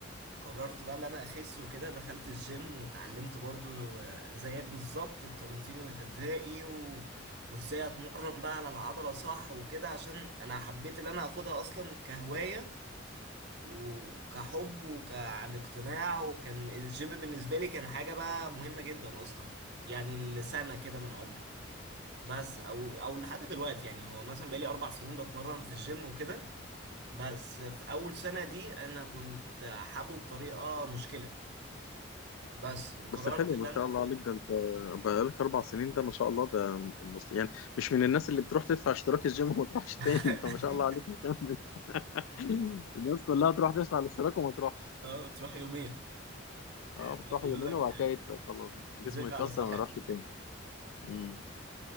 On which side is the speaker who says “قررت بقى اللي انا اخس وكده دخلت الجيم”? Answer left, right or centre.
Right